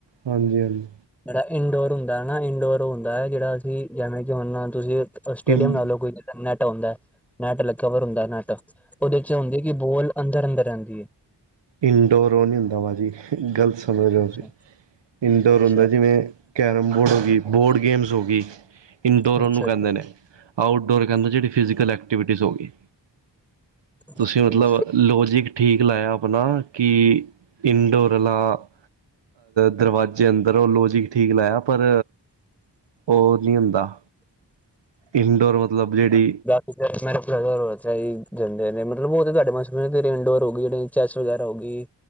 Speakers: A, on the right; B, in the centre.
A: ਹਾਂਜੀ ਹਾਂਜੀ
B: ਜਿਹੜਾ ਇੰਡੋਰ ਹੁੰਦਾ ਹੈ ਨਾ ਇੰਡੋਰ ਹੁੰਦਾ ਹੈ ਜਿਹੜਾ, ਅਸੀਂ ਜਿਵੇਂ ਕਿ ਹੁਣ ਤੁਸੀਂ ਸਟੇਡੀਅਮ
A: ਇਨ
B: ਨਾਲੋਂ ਕੋਈ ਨੈਟਾ ਹੁੰਦਾ ਹੈ ਨੈਟ ਲ ਕਵਰ ਹੁੰਦਾ ਹੈ ਨੈਟ। ਉਹਦੇ ਚ ਹੁੰਦੀ ਹੈ ਕਿ ਬੋਲ ਅੰਦਰ-ਅੰਦਰ ਰਹਿੰਦੀ ਹੈ।
A: ਇਨਡੋਰ ਉਹ ਨਹੀਂ ਹੁੰਦਾ ਭਾਜੀ ਗਲਤ ਸਮਝ ਰਹੇ
B: ਅੱਛਾ
A: ਤੁਸੀ ਇਨਡੋਰ
B: ਅੱਛਾ
A: ਹੁੰਦਾ ਜੀਵੇ ਕੈਰਮ ਬੋਰਡ ਹੋ ਗਈ ਬੋਰਡ ਗੇਮਸ ਹੋ ਗੀ। ਇਨਡੋਰ
B: ਅੱਛਾ
A: ਉਹਨੂੰ ਕਹਿੰਦੇ ਨੇ, ਆਊਟਡੋਰ ਕਹਿੰਦੇ ਜਿਹੜੀ ਫਿਜੀਕਲ ਐਕਟੀਵਿਟੀਜ਼ ਹੋ ਗੀ। ਤੁਸੀਂ
B: ਅੱਛਾ
A: ਮਤਲਬ ਲੋਜਿਕ ਠੀਕ ਲਾਇਆ ਆਪਨਾ। ਕਿ ਇੰਡੋਰ ਵਾਲਾ ਦਰਵਾਜ਼ੇ ਅੰਦਰ ਉਹ ਲੋਜਿ ਠੀਕ ਲਾਇਆ ਪਰ ਉਹ ਨੀ ਹੁੰਦਾ। ਇਨਡੋਰ, ਮਤਲਬ ਜਿਹੜੀ
B: ਜਿਹੜਾ ਸਮੈਸਟਰ ਹੈਗਾ ਓ ਐਸਾ ਹੀ ਚਲਦੇ ਨੇ ਮੱਤਲਬ ਓ ਤੇ ਸਾਡੇ ਤੁਹਾਡੇ ਹੈਡ ਮਾਸਟਰ ਨੇ ਤੇਰੇ ਇੰਡੋਰ ਹੋ ਗਏ ਨੇ ਚੈਸ, ਵਗੈਰਾ ਹੋ ਗਈ।